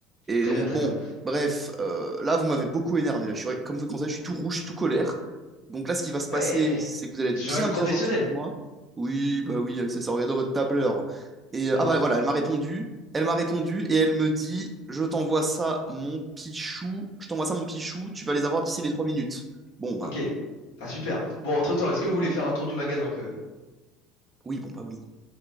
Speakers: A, on the right; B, on the left.
A: Et
B: Très
A: donc,
B: bien, très
A: bon,
B: bien.
A: bref, euh, là, vous m'avez beaucoup énervé. Là, je suis, comme vous le constatez, je suis tout rouge, tout colère. Donc là, ce qui va se passer,
B: Euh,
A: c'est que vous allez être
B: je
A: bien,
B: reste
A: bien
B: professionnel.
A: gentil avec moi. Oui, bah oui, elle sait ça, regardez dans votre tableur. Et euh,
B: Bon,
A: ah bah voilà, elle m'a répondu. Elle m'a répondu et elle me dit, je t'envoie ça, mon pichou. Je t'envoie ça, mon pichou. Tu vas les avoir d'ici les trois minutes. Bon bah
B: ok. Enfin, super. Bon, entre-temps, est-ce que vous voulez faire un tour du magasin quand même?
A: oui, bon bah oui.